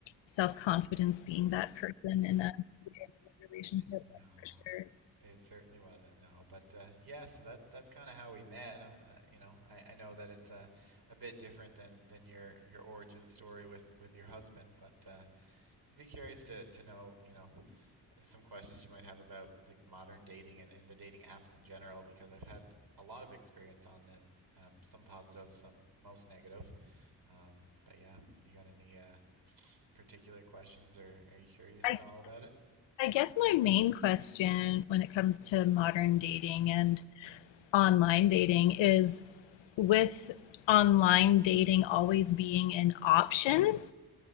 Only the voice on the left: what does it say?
self confidence being that person in a relationship.
That's for sure.
I,
I guess my main question when it comes to modern dating and online dating is with online dating always being an option, with